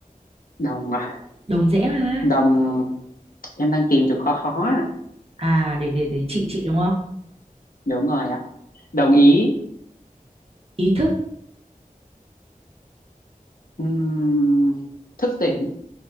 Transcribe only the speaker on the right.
đồng dễ mà
À, để để để chị chị đúng không?
ý thức